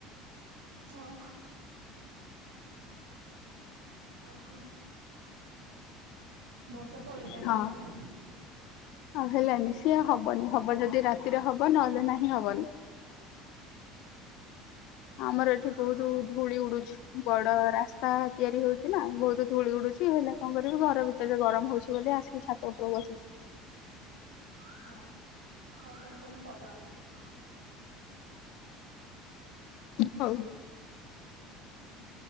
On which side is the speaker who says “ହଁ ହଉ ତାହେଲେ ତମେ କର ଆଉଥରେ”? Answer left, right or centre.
Right